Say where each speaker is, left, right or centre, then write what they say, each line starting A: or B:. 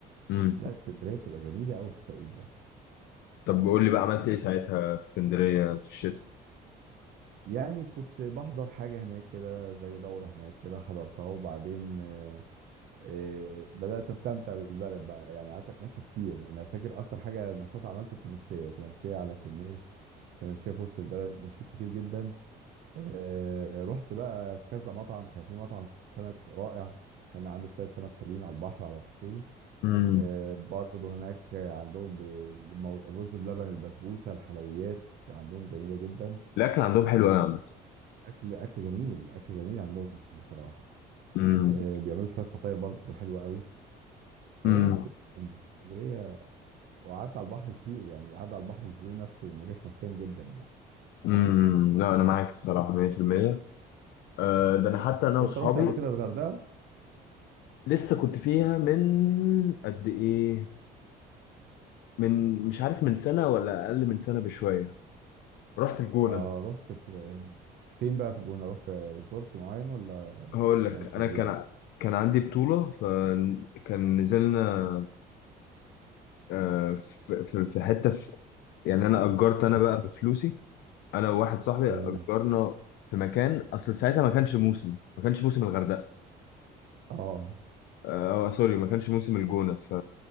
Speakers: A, on the left; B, on the right.
A: مم.
B: لا اسكندريه بتبقى جميله قوي في التوقيت ده
A: طب قول لي بقى عملت إيه ساعتها في اسكندرية في الشتاء
B: يعني كنت بحضر حاجه هناك كده زي دوره هناك كده حضرتها وبعدين آه، إيه، بدات استمتع بالبلد بقى يعني قعدت اتمشى كتير يعني انا فاكر اكتر حاجه نشاط عملته التمشيه تمشيه على الكورنيش تمشيه في وسط البلد مشيت كتير جدا إيه، رحت بقى كذا مطعم كان في مطعم سمك رائع كان عنده شويه سمك حلوين على البحر على طول
A: امم
B: إيه، برضه هناك عندهم ب- المو- الرز بلبن البسبوسه الحلويات عندهم جميله جدا
A: الأكل عندهم حلو أوي يا عم
B: اكل اكل جميل اكل جميل عندهم بصراحه
A: مم.
B: إيه، بيعملوا شويه فطاير برضه حلوه قوي
A: مم.
B: فلا اسكندريه وقعدت على البحر كتير يعني القعده على البحر الفيو نفسه مريح نفسيا جدا يعني
A: مم. لا أنا معاك الصراحة 100% آه، ده انا حتى انا واصحابي
B: انت رحت قبل كده الغردقه
A: لسه كنت فيها من قد ايه من مش عارف من سنه ولا اقل من سنه بشويه رحت الجونه
B: اه رحت في فين بقى في الجونه رحت ريزورت معين ولا
A: هقول لك
B: كان شاليه
A: انا كان
B: ولا
A: كان عندي بطوله فكان نزلنا آه، في في في حته في يعني انا اجرت انا بقى بفلوسي انا وواحد صاحبي
B: تمام
A: اجرنا في مكان اصل ساعتها ما كانش موسم ما كانش موسم الغردقه
B: اه
A: آه آه، سوري ما كانش موسم الجونة ف...